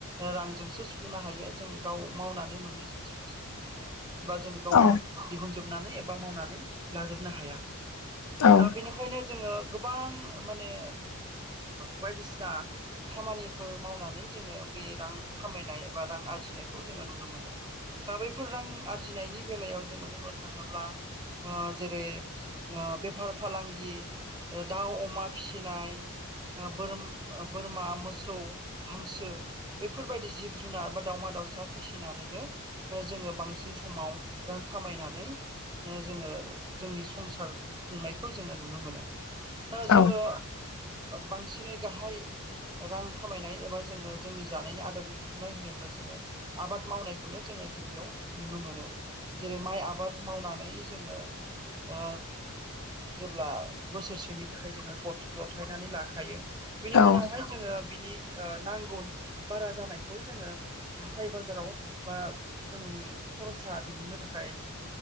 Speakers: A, on the right; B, on the left.
A: रांजोंसो सुफुंनो हायो जों गाव मावनानै मोननायजों जोङो सुफुंजोबनो बा जों गावनो
B: औ
A: दिहुनजोबनानै एबा मावनानै लाजोबनो हाया।
B: औ
A: बेनिखायनो जोङो गोबां माने बायदिसिना खामानिफोर मावनानै जोङो बे रां खामायनाय एबा रां आरजिनायखौ जोङो नुनो मोनो। दा बैफोर रां आरजिनायनि बेलायाव जोङो बुंनो थाङोब्ला जेरै बेफार फालांगि दाउ अमा फिसिनाय बोर-बोरमा मोसौ हांसो बेफोरबायदि जिब जुनार बा दाावमा दाउसा फिसिनानै जोङो बांसिन समाव रां खामायनानै जोङो जोंनि संसार खुंनायखौ जोङो नुनो मोनो।
B: औ
A: जोङो बांसिनै गाहाय रां खामायनाय एबा जोङो जोंनि जानायनि आदारखौ बुथुमनाय होनोब्ला जोङो आबाद मावनाय खौनो जोङो गिबियाव नुनो मोनो जेरै माइ आबाद मावनानै जोङो ओ जेब्ला बोसोरसेनि थाखाय जोङो गथ' जथायनानै लाखायो। बिनि उनावहाय
B: औ
A: जोङो बिनि नांगौनि बारा जानायखौ जोङो हाथाइ बाजाराव बा जोंनि खरसा दिहुननो थाखाय